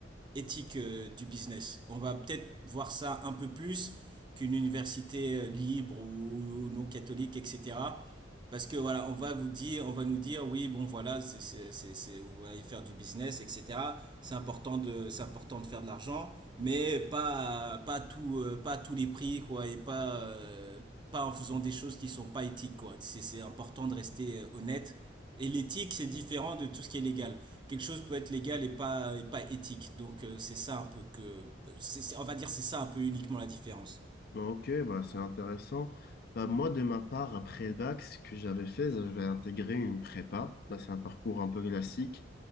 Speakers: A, on the right; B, on the left.
A: éthique euh, du business. On va peut-être voir ça un peu plus qu'une université euh, libre ou ou non catholique, etc. Parce que voilà, on va vous dire, on va nous dire, oui, bon voilà, c'est, c'est, c'est, c'est- vous allez faire du business, etc. C'est important de, c'est important de faire de l'argent, mais pas, pas tout, euh, pas à tous les prix, quoi, et pas, euh, pas en faisant des choses qui sont pas éthiques, quoi. C'est, c'est important de rester euh, honnête. Et l'éthique, c'est différent de tout ce qui est légal quelque chose peut être légal et pas, et pas éthique. Donc euh, c'est ça un peu que, c'est- c'est- on va dire c'est ça un peu uniquement la différence.
B: Bah, Ok, bah, c'est intéressant. Bah, moi, de ma part, après le bac, ce que j'avais fait, j'avais intégré une prépa. Bah, c'est un parcours un peu classique.